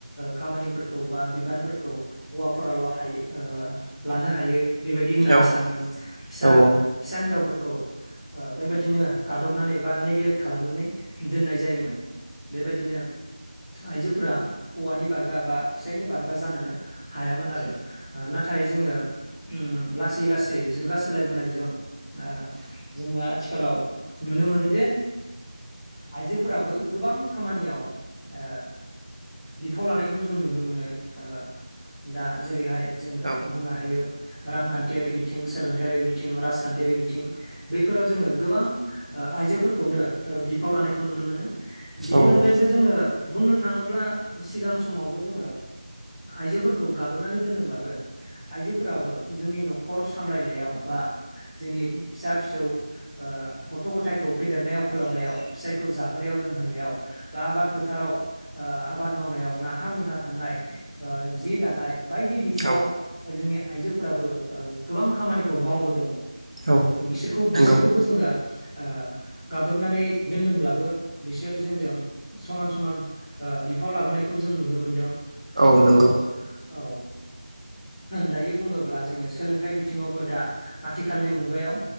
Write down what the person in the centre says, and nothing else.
खामानिफोरखौ बा बिबानफोरखौ हौवाफोराल हायो ओ लानो हायो बेबायदि होननानै
सानोमोन फिसा
फिसा हिनजावफोरखौ खौ ओ बेबायदिनो गादबनानै बा नेग्लेक्ट खालामनानै दोननाय जायोमोन। बेबायदिनो आइजोफोरा हौवानि बारगा बा फिसायनि बारगा जानोनो हायामोन आरो। ओ नाथाय जोङो ओम लासै लासै जुगा सोलायबोनायजों ओ जोङो आथिखालाव नुनो मोनोदि आइजोफोराबो गोबां खामानियाव ओ बिफाव लानायखौ जों नुनो मोनो। ओ दा जेरैहाय जोङो
बुंनो हायो रांखान्थियारि बिथिं सोलोंथायारि बिथिं राजखान्थियारि बिथिं बैफोराव जोङो गोबां ओ आइजोफोरखौनो बिफाव लानायखौ नुनो मोनो। बेनि
अनगायैबो जोङो बुंनो थाङोब्ला सिगां समावबो जोङो आइजोफोरखौ गाजोबनानै दोनदोंब्लाबो आइजोफोराबो जोंनि न'खर सामलायनायाव बा जोंनि फिसा फिसौ ओ गथ' गथायखौ फेदेरनायाव फोलावनायाव फिसायखौ जाहोनायाव लोंहोनायाव बा आबाद फोथाराव ओ आबाद मावनायाव नाहा मैहा थांनाय ओ जि दानाय बायदि बिथिङाव
ओ जोंनि आइजोफोराबो ओ गोबां खामानिखौ मावबोदों।
बिसोरखौ
बिसोरखौबो जोङो ओ गादबनानै दोनदोंब्लाबो बिसोर जोंजों समान समान ओ बिफाव लाबोनायखौ जों नुनो मोनदों।
ए
औ दायो बुङोब्ला जोङो सोलोंथाइ बिथिङावबो दा आथिखालनि मुगायाव